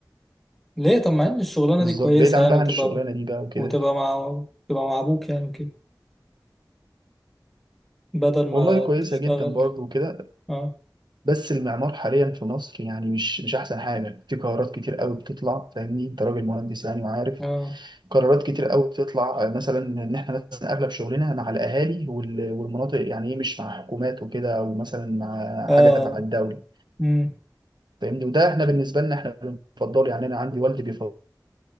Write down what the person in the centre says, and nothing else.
ليه طب مع ان الشغلانه
دي كويسه
يعني
وتبقى
وتبقى مع تبقى مع ابوك يعني وكده بدل ما
تشتغل
اه
اه
اه
امم